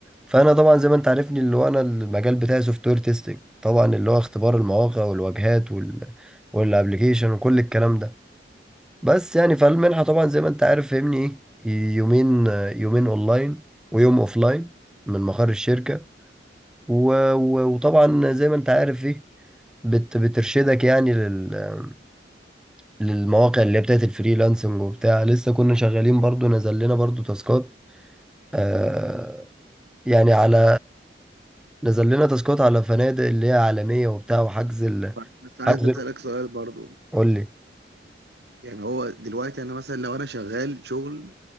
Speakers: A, in the centre; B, on the right (about 65°).
A: فانا طبعا زي ما انت عارفني اللي هو انا المجال بتاعي سوفت وير تيستنج طبعا اللي هو اختبار المواقع والواجهات وال والابلكيشن وكل الكلام ده بس يعني فالمنحة طبعا زي ما انت عارف فهمني ايه يومين يومين اونلاين ويوم اوفلاين من مقر الشركة و... و... وطبعا زي ما انت عارف ايه بت... بترشدك يعني لل... للمواقع اللي هي بتاعت الفريلانسنج وبتاع لسه كنا شغالين برضو نزل لنا برضو تاسكات آه يعني على نزل لنا تاسكات على فنادق اللي هي عالمية وبتاع وحجز ال...
B: طب بس عايز
A: حجز
B: اسالك سؤال برضو
A: قول لي
B: يعني هو دلوقتي انا مثلا لو انا شغال شغل